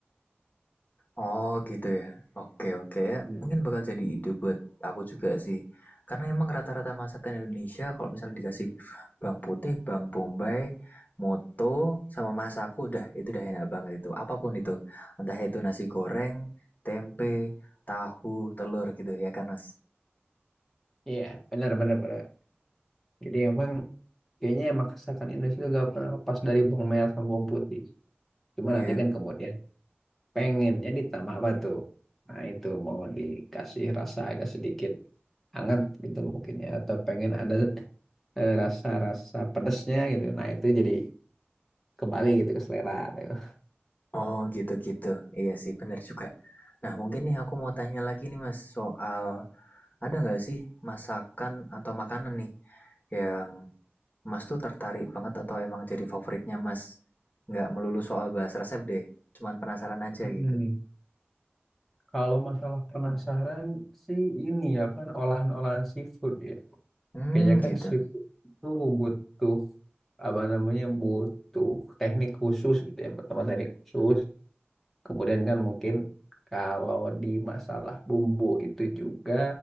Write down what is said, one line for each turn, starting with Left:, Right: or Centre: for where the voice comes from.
Left: Oh gitu ya. Oke oke.
Centre: Hmm.
Left: Mungkin bakal jadi ide buat aku juga sih. Karena emang rata-rata masakan Indonesia kalau misalnya dikasih bawang putih, bawang bombay, moto, sama masaku udah itu udah enak banget itu. Apapun itu. Entah itu nasi goreng, tempe, tahu, telur gitu ya kan Mas.
Centre: Iya, benar benar benar. Jadi emang kayaknya masakan Indonesia itu gak pernah lepas dari bawang merah sama bawang putih. Cuma
Left: Iya.
Centre: nanti kan kemudian pengennya ditambah apa tuh? Nah itu mau dikasih rasa agak sedikit hangat gitu mungkin ya. Atau pengen ada eh, rasa-rasa pedesnya gitu. Nah itu jadi kembali gitu ke selera. Tuh.
Left: Oh gitu-gitu. Iya sih benar juga. Nah mungkin nih aku mau tanya lagi nih Mas soal ada nggak sih masakan atau makanan nih yang Mas tuh tertarik banget atau emang jadi favoritnya Mas? Nggak melulu soal bahas resep deh, cuman penasaran aja
Centre: Mm-mm.
Left: gitu.
Centre: Kalau masalah penasaran sih ini ya kan olahan-olahan seafood ya.
Left: Hmm,
Centre: Kayaknya kan
Left: gitu.
Centre: seafood itu butuh apa namanya butuh teknik khusus gitu ya. Pertama teknik khusus, kemudian kan mungkin kalau di masalah bumbu itu juga